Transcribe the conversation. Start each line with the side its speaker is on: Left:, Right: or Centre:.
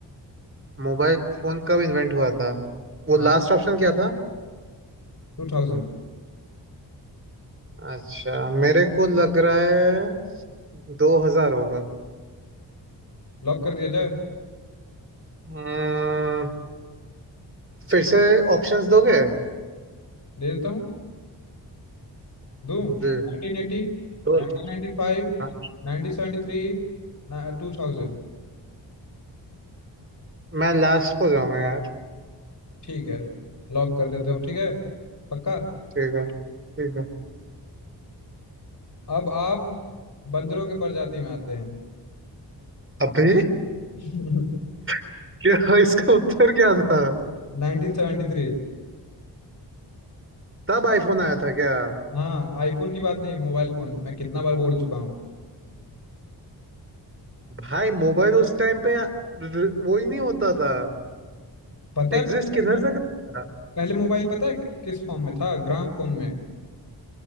Right: मोबाइल फोन कब इन्वेंट हुआ था वो
Left: हाँ
Right: लास्ट ऑप्शन क्या था
Left: टू थाउजेंड
Right: अच्छा मेरे को लग रहा है 2000 होगा
Left: लॉक कर दिया जाए
Right: अम्म, फिर से ऑप्शंस दोगे
Left: दे देता हूँ दूं 1980
Right: जी तो
Left: 1995
Right: हाँ
Left: 1973 2000
Right: मैं लास्ट को जाऊंगा यार
Left: ठीक है लॉक कर देता हूँ ठीक है पक्का
Right: ठीक है ठीक है
Left: अब आप बंदरों की प्रजाति में आते हैं
Right: अभी
Left: <laughs>
Right: <laughs> क्या इसका उत्तर क्या था
Left: 1973
Right: तब आईफोन आया था क्या
Left: हाँ आईफोन की बात नहीं मोबाइल फोन मैं कितना बार बोल चुका हूँ
Right: भाई मोबाइल उस टाइम पे र- वो ही नहीं होता था
Left: पता
Right: एग्जिस्ट
Left: है पहले
Right: किधर से करता था
Left: पहले मोबाइल पता है किस फॉर्म में था ग्राम फोन में